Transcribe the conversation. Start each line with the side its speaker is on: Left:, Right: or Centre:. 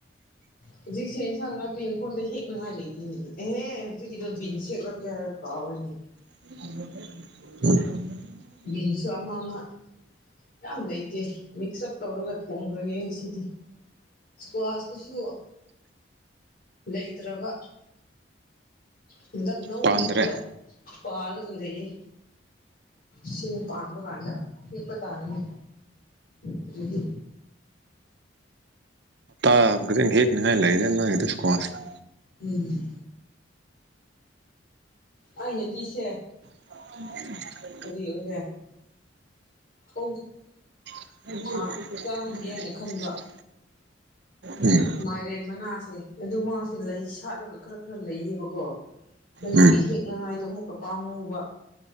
Left: ꯍꯧꯖꯤꯛꯁꯦ ꯏꯟꯁꯥꯡ ꯅꯥꯄꯤ ꯏꯪꯈꯣꯜꯗ ꯍꯦꯛꯅꯉꯥꯏ ꯂꯩꯇꯦꯅꯦ ꯑꯦꯍꯦ ꯍꯧꯖꯤꯛꯀꯤꯗꯣ ꯕꯤꯟ ꯍꯦꯛꯂꯛꯀꯦ ꯍꯥꯏꯔ ꯀꯥꯥꯎꯋꯦꯅꯦ
Right: <inaudible>
Left: ꯕꯤꯟꯁꯨ ꯑꯃꯥ ꯃꯥ ꯌꯥꯝ ꯂꯩꯇꯦ ꯃꯤꯛꯁ ꯎꯞ ꯇꯧꯔꯒ ꯊꯣꯡꯈ꯭ꯔꯒꯦ ꯉꯁꯤꯗꯤ ꯏꯁꯀ꯭ꯋꯥꯁꯇꯨꯁꯨ ꯂꯩꯇ꯭ꯔꯕ ꯍꯟꯗꯛ ꯅꯧꯅꯥ
Right: ꯄꯥꯟꯗ꯭ꯔꯦ
Left: ꯑꯃꯨꯛꯀꯥ ꯄꯥꯜꯂꯥꯒ ꯂꯩꯌꯦ ꯁꯤꯅ ꯄꯥꯟꯕ ꯒꯥꯟꯗ ꯍꯦꯛꯄꯥ ꯇꯥꯔꯦꯅꯦ ꯍꯧꯖꯤꯛꯇꯤ
Right: <unintelligible>
Left: ꯎꯝ ꯑꯩꯅꯗꯤꯁꯦ
Right: <inaudible>
Left: ꯀꯔꯤ ꯑꯣꯏꯔꯦ <unintelligible>
Right: <unintelligible>
Left: ꯊꯥ ꯆꯥꯍꯟꯒꯦ ꯍꯥꯏꯅ ꯈꯟꯕ
Right: ꯎꯝ
Left: ꯃꯥꯏꯔꯦꯟ ꯃꯅꯥꯁꯦ ꯑꯗꯨ ꯃꯥꯁꯦ ꯂꯩ ꯁꯥꯠꯂꯒ ꯈꯔ ꯈꯔ ꯂꯩꯌꯦꯕꯀꯣ ꯑꯗꯨꯒꯤ
Right: ꯎꯝ
Left: ꯍꯦꯛꯅꯉꯥꯏꯗꯣ ꯑꯃꯨꯛꯀ ꯄꯥꯝꯃꯨꯕ